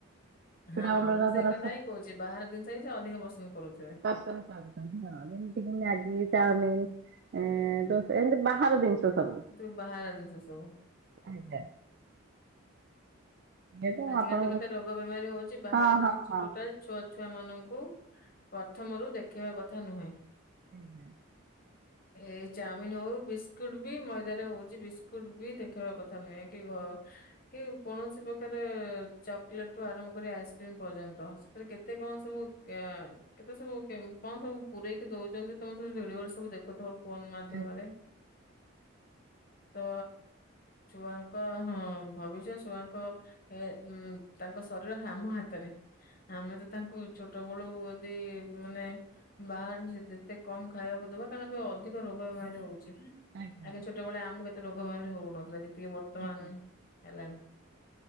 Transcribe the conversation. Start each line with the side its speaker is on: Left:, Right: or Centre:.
Right: ଚୁଡାଗୁଣ୍ଡ
Left: ହଁ ମୁଁ
Right: ତାଙ୍କର
Left: ସେ କଥା ହିଁ କହୁଛି ବାହାର ଜିନିଷ ହିଁ ସେ ଅଧିକ ପସନ୍ଦ କରୁଥିବେ।
Right: ପସନ୍ଦ କର ହଁ ଯେମତି କିି ମ୍ୟାଗି ଚାଓମିିନ ଦୋସା ଏମତି ବାହାର ଜିନିଷ ସବୁ।
Left: ସେଥିରୁ ବାହାର ଜିନିଷ ସବୁ।
Right: ଆଜ୍ଞା। ଯେହେତୁ
Left: ଆଜିିକାଲି
Right: ଆପଣଙ୍କ
Left: ତ କେତେ ରୋଗ ବେମାରୀ ହୋଉଛି ବାହାର
Right: ହଁ
Left: ଜିନଶ
Right: ହଁ ହଁ
Left: ଟୋଟାଲ୍ ଛୁଆ ଛୁଆ ମାନଙ୍କୁ ପର୍ଥମ ରୁ ଦେଖେଇବା କଥା ନୁହେଁ।
Right: ଆଜ୍ଞା।
Left: ଏଇ ଚାଓମିନ ହଉ ବିସ୍କୁଟ ବି ମଇଦା ରେ ହଉଛି ବିସ୍କୁଟ ବି ଦେଖେଇବା କଥା ନୁହେଁ କି ଘ କି କୌଣସି ପ ଚକୋଲେଟ ରୁ ଆରମ୍ଭ କରି ଆଇସ୍କ୍ରିମ ପର୍ଯ୍ୟନ୍ତ ସେଥିରେ କେତେ କଣ ସବୁ କେତେ ସବୁ କେ କଣ ସବୁ ପୁରେଇକି ଦୋଉଛନ୍ତି ତମେ ସବୁ ଭିଡିଓରେ ଦେଖୁଥିବ। ଫୋନ୍ ମାଧ୍ୟମରେ।
Right: ଆଜ୍ଞା
Left: ତ ଛୁଆଙ୍କ ହଁ ଭବିଷ୍ୟତ ଛୁଆଙ୍କ ହେ ଉ ତାଙ୍କ ଶରୀର ହାମ ହାତରେ। ଆମେ ତ ତାଙ୍କୁ ଛୋଟ ବେଳୁ ଯଦି ମାନେ ବାହାର ଜିନିଷ ଯେତେ କମ ଖାଇବାକୁ ଦବା କାରଣ ଏବେ ଅଧିକ ରୋଗ ବେମାରୀ ହୋ ଉଚି
Right: ଆଜ୍ଞା।
Left: ଆଗେ ଛୋଟବେଳେ ଆମକୁ ଏତେ ରୋଗ ବେମାରୀ ହୋଉନଥିଲା ଯେତିକି ବର୍ତ୍ତମାନ
Right: ଆଜ୍ଞା
Left: ହେଲାଣି।